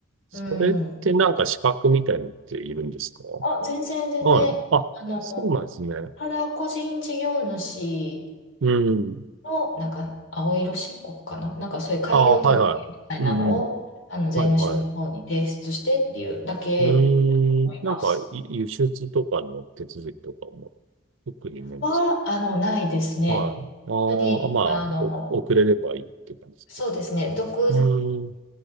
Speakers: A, on the right; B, on the left.
A: それってなんか資格みたいのっているんですか
B: うん、あ、全然、全然、
A: はい。あ、
B: あの、
A: そうなんですね。
B: ただ個人事業主、
A: うん。
B: の、なんか、青色申告かななんかそういう開業届みたいなのを、
A: ああ、はいはい。うんうん。
B: あの、税務署の方に提出してっていうだけだと思います。
A: はいはい。うーん。なんか、い輸出とかの手続きとかも、特にないんですか
B: は、あの、ないですね。
A: はい。あーあ、
B: 本当に、
A: まあ、
B: あの、
A: お遅れればいいって感じですか
B: そうですね。独自で、
A: うーん。